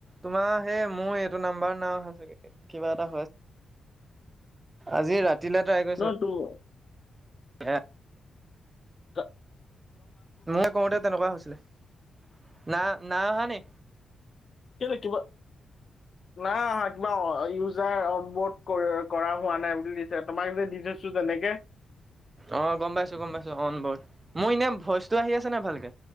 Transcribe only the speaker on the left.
ন তোৰ
ত
লকিব নাই অা কিবা ইউজাৰ অন বোড কৰা হোৱা নাই বুলি দিছে তোমাক যে দি ছ তেনেেকে